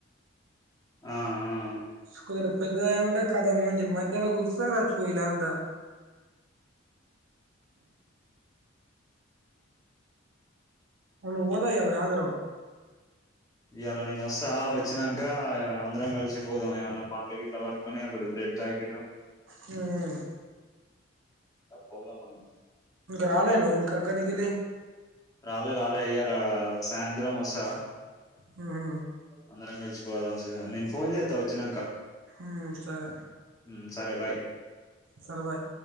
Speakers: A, on the left; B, on the right.
A: అ ఆ
B: <unintelligible> పెద్దది అయి ఉంటే కద మంచి మధ్యలో గుద్దుతే చచ్చిపోవు వీళ్లంతా, నువ్ వోతాం ఇయాల సాయంత్రం
A: ఇయాలా నేను వస్సా వచ్చినాంక అందరం కలిసి పోదాం. ఏమన్నా పండ్లు గిట్లా పట్టుకొని ఒక బ్రెడ్ ప్యాకెట్
B: హ్మ్
A: పోదాం మనం
B: ఇంక రాలేను ఇంక కెలి
A: రాలే రాలే అయ్యగారు సాయంత్రం వస్సారా
B: ఉమ్ హు
A: అందరం కలిసిపోదాం సీజన్ నేను ఫోన్ చేత్తా వచ్చినాంక
B: హ్మ్ సరే
A: మ్మ్ సరే బాయ్
B: సరే బాయ్